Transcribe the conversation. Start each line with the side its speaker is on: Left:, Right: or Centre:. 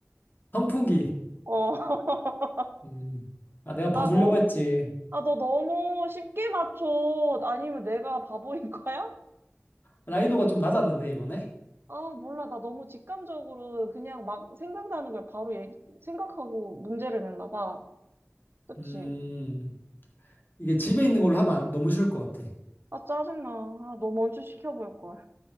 Left: 선풍기.
Right: 어. <laughs>
Left: 음. 아, 내가 봐주려고
Right: 아, 너,
Left: 했지.
Right: 아, 너 너무 쉽게 맞춰. 아니면 내가 바보인 거야?
Left: 난이도가 좀 낮았는데, 이번에?
Right: 아, 몰라. 나 너무 직감적으로 그냥 막 생각나는 걸 바로 얘기, 생각하고 문제를 냈나 봐. 그치?
Left: 음, 이게 집에 있는 걸로 하면 너무 쉬울 것 같아.
Right: 아, 짜증나. 아, 너 먼저 시켜볼 걸.